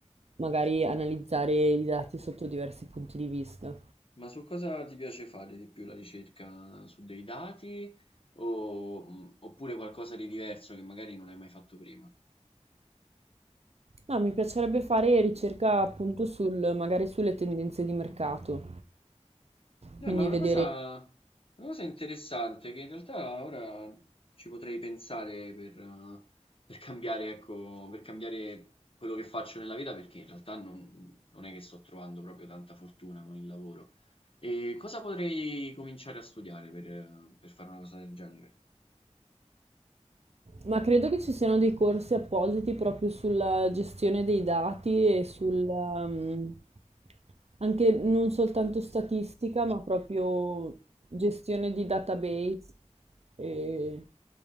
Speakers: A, on the right; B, on the left.
A: magari analizzare i dati sotto diversi punti di vista.
B: Ma su cosa ti piace fare di più la ricerca? Su dei dati o, mh, oppure qualcosa di diverso che magari non hai mai fatto prima?
A: No, mi piacerebbe fare ricerca appunto sul, magari sulle tendenze di mercato,
B: Eh,
A: quindi
B: ma è una
A: vedere
B: cosa, una cosa interessante che in realtà ora ci potrei pensare per, eh, per cambiare, ecco, per cambiare quello che faccio nella vita perché in realtà non, non è che sto trovando proprio tanta fortuna con il lavoro. E cosa potrei cominciare a studiare per, eh, per fare una cosa del genere?
A: Ma credo che ci siano dei corsi appositi proprio sulla gestione dei dati e sul, ehm, anche non soltanto statistica, ma proprio gestione di database e,